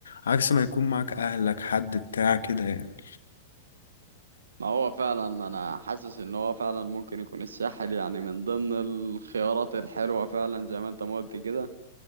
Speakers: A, on the left; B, on the right.
A: عكس ما يكون معاك اهلك حد بتاع كده يعني
B: ما هو فعلا ما انا حاسس ان هو فعلا ممكن يكون الساحل يعني من ضمن الخيارات الحلوة فعلا زي ما انت ما قلت كده